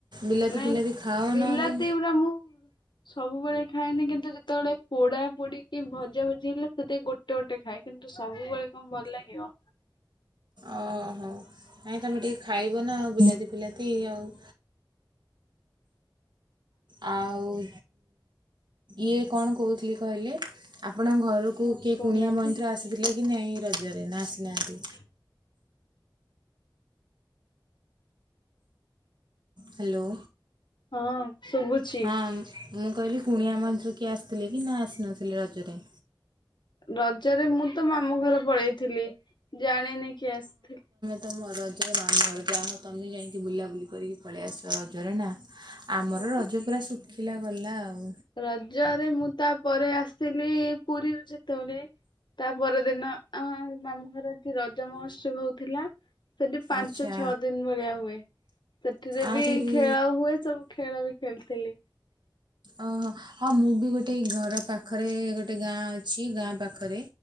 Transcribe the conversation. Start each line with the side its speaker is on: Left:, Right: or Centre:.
Right: ବିଲାତି
Left: ନାଇଁ
Right: ଫିଲାତି ଖାଅ
Left: ବିଲାତି
Right: ନହେଲେ
Left: ଗୁଡା ମୁଁ, ସବୁବେଳେ ଖାଏନି କିନ୍ତୁ ଯେତେବେଳେ ପୋଡାପୋଡି କି ଭଜାଭଜି ହେଲେ ସେତ ଗୋଟେ। ଗୋଟେ ଗୋଟେ ଖାଏ କିନ୍ତୁ ସବୁବେଳେ କଣ ଭଲ ଲାଗିବ।
Right: ଓ ହୋ ନାହିଁ ତମେ ଟିକେ ଖାଇବ ନା ଆଉ ବିଲାତି ଫିଲାତି ଆଉ। ଆଉଁ ଇଏ କଣ କହୁଥିଲି କହିଲେ। ଆପଣଙ୍କ ଘରକୁ
Left: ହଁ
Right: କିଏ
Left: କହୁନାହାନ୍ତି।
Right: କୁଣିଆ ମୈତ୍ର ଆସିଥିଲେ କି ନାହିଁ ରଜରେ ନାଁ ଆସିନାହାନ୍ତି।
Left: ଚୁଁ
Right: ହ୍ୟାଲୋ।
Left: ହଁ ଶୁଭୁଛି।
Right: ହଁ ମୁଁ କହିଲି କୁଣିଆ ମୈତ୍ର କିଏ ଆସିଥିଲେ କି ନାଁ ଆସିନଥିଲେ ରଜରେ।
Left: ରଜରେ ମୁଁତ ମାମୁଁ ଘର ପଳେଇଥିଲି ଜାଣିନି କିଏ ଆସିଥିଲି।
Right: ତମ ରଜରେ ମାମୁଁ ଘର ଯାହଉ ତମେ ଯାଇକି ବୁଲାବୁଲି କରିକି ପଳେଇ ଆସିଲ ରଜରେ ନା।
Left: ହଁ।
Right: ଆମର ରଜ ପୁରା ଶୁଖିଲା ଗଲା ଆଉ।
Left: ରଜରେ ମୁଁ ତାପରେ ଆସିଲି ପୁରୀରୁ ଯେତେବଳେ ତା ପର ଦିନ ଆମ ମାମୁଁ ଘରେ ରଜ ମହୋତ୍ସବ ହଉଥିଲା ସେଠି ପାଞ୍ଚ
Right: ଆଚ୍ଛା
Left: ଛଅ ଦିନ୍ ଭଳିଆ ହୁଏ ସେଥିରେ
Right: ଆରେ
Left: ବି
Right: ରେ
Left: ଖେଳ ହୁଏ ସବୁ ଖେଳବି ଖେଳିଥିଲି।
Right: ଓ-ହ- ହଁ ମୁଁ ବି ଗୋଟେ ଘର ପାଖରେ ଗୋଟେ ଗାଁ ଅଛି ଗାଁ ପାଖରେ